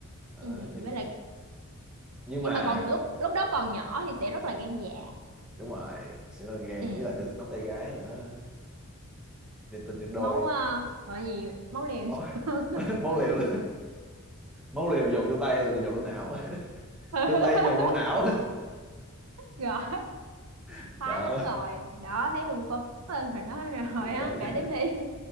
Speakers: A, in the centre; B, on the right (about 80°).
A: Đó,
B: Ừ,
A: nhưng
B: với lại
A: nhưng
B: nhưng
A: mà
B: mà còn lúc lúc đó còn nhỏ thì sẽ rất là gan dạ
A: đúng rồi sẽ là gàn
B: ừ
A: với là được nắm tay gái nữa niềm tin nhân đôi
B: máu uh, gọi gì máu liều
A: máu
B: nhiều hơn.
A: <laughs> máu liều máu liều dồn vô tay là dồn lên não <laughs>
B: <laughs>
A: từ tay dồn lên não
B: rồi
A: <laughs>
B: khoái
A: đó
B: lắm rồi đó thấy hưng phấn lên rồi đó rồi á
A: phận
B: kể tiếp đi